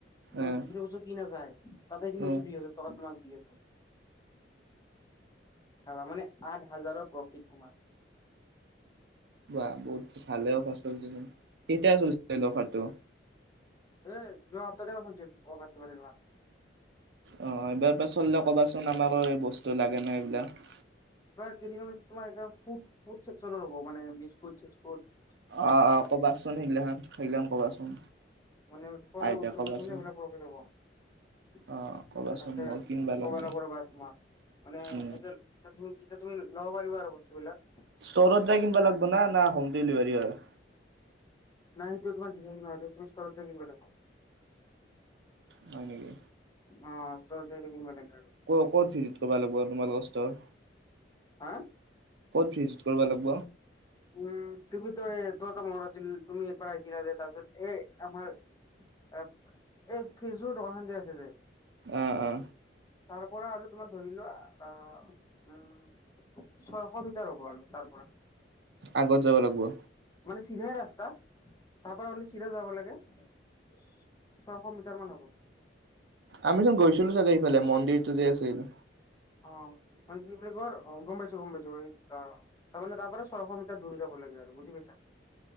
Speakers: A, on the left (about 20°); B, on the right (about 70°).
A: মান
B: আহ
A: যিখিনি বস্তু কিনা যায় তাতে এখিনি
B: উম
A: বস্তু দুই হাজাৰ টকা তোমাক ঠিকে আছে। হাবা মানে আঠ হাজাৰৰ প্ৰফিট তোমাৰ ৷
B: বা বহুত ভালে অফাৰ চলিছেোন কেইটয়া চলিছিল অফাৰটো?
A: উ যোৱা সাপ্তাত চলচিল অফৰটো এনকা। <unintelligible>
B: অ' এইবাৰ পে চললে কবাচোন আমাৰো এই বস্তু লাগে ন এইবিলাক
A: কিবাৰ কিনিবি তোমাৰ এ ফুটছেকক্টৰৰ হ'ব মানে বিস্কুট চিচকুট
B: অহ অ ক'বাচোন সেইগিলাখান, সেইগিলাখান ক'বাচোন
A: মানে খোৱাা
B: আহিলে
A: বস্তুে
B: কবাচোন
A: এইবিলাক প্ৰফিট হব <unintelligible>
B: অ', কবাচোন
A: ততে
B: মই কিনবা লাগব
A: কবা লাগবো ৰবা তোমাক, মানে
B: উম,
A: এতিয়া তুমি তেতিয়া তুমি ল'ব পাৰিবা আৰু বস্তুবিলাক
B: ষ্ট'ৰত যায় কিনবা লাগিব না? না হোম ডেলিভাৰী হয়?
A: ন তোমাৰ ধিকা <unintelligible> তুমি স্তৰত যে কিনিব লাগব
B: হয় নেকি?
A: অ ষ্টৰত যাই কনিবা লাগে <unintelligible>
B: ক' ক'ত ভিজিট কৰিব লাগিব তোমালোকৰ ষ্টৰ?
A: হা
B: ক'ত ভিজিট কৰবা লাগব
A: উম' তুমি তো এই তৰ ত মৰ আছিল তুমি একবাৰ আহিছিলা যে তাৰপিছত এ আমাৰ এ এই ফ্ৰিজৰ দোকানখন যে আছে যে
B: অ অ।
A: তাৰ পৰা আৰু তোমাৰ ধৰি লোৱা আহ উম ছয়শ মিটাৰ হ'ব আৰু তাৰ পৰা।
B: আগত যাবা লাগবো।
A: চিধা ৰাস্তা। তাৰ পৰা আমি চিধা যাব লাগে, ছয়শ মিটাৰ মান হ'ব।
B: আমি য'ত গৈছিলো চাগে ইফালে মন্দিৰটো যে আছে এইটো
A: অ মান কি বুলি কৰ গম পাইছোঁ গম পাইছোঁ অ সেইপিনে তাৰ ছয়শ মিটাৰ দূৰ যাব লাগে আৰু বুজি পাইছা